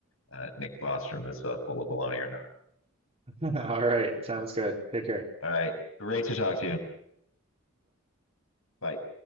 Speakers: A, on the left; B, on the right.
A: uh, Nick Bostrom is uh, full of baloney or not.
B: <laughs> All right. Sounds good. Take care.
A: All right, great to talk to you. Bye.